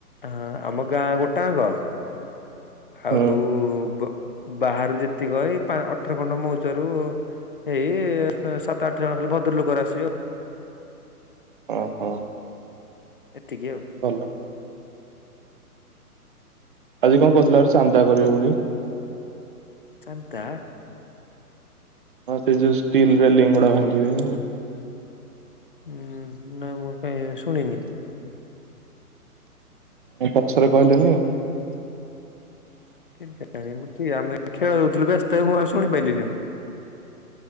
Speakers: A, on the left (about 40°); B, on the right (about 35°).
A: ହଁ ଆମ ଗାଁ ଗୋଟାଆଙ୍କ
B: ହୁଁ
A: ଆଉ ବ ବାହାରୁ ଯେତିକ ଏଇ ପା ଅଠର ଖଣ୍ଡ ମଉଜାରୁ ଏଇ ସାତ ଆଠ ଜଣ ଖାଲି ଭଦ୍ର ଲୋକଅରା ଆସିବେ।
B: ଓହୋ।
A: ଏତିକି ଆଉ।
B: ଭଲ। ଆଜି କଣ କଉଥିଲେ ଆଜି ଚାନ୍ଦା କରିବେ ବୋଲି?
A: ଚାନ୍ଦା?
B: ହଁ ସେଯୋଉ ଷ୍ଟିଲ ରିଲିଙ୍ଗ ଗୁଡ଼ା ଭାଙ୍ଗିବେ।
A: ହୁଁ ନାଁ ମୁଁ କାଇଁ ଶୁଣିନି।
B: ଆଁ ପଛରେ କହିଲେନି?
A: କେଜାଣି ମୁଁ ଠିଆ ଖେଳ ଦଉଥିଲୁ ବ୍ୟସ୍ତରେ ମୁଁ ଆଉ ଶୁଣିପାରିଲିନି ଆଉ।